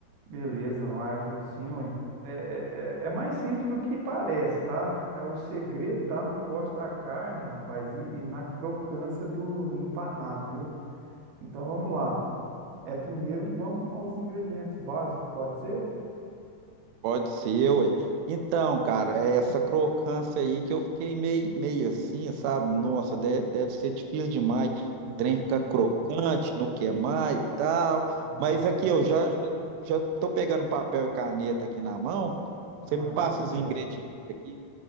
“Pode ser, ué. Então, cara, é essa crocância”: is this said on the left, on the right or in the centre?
Right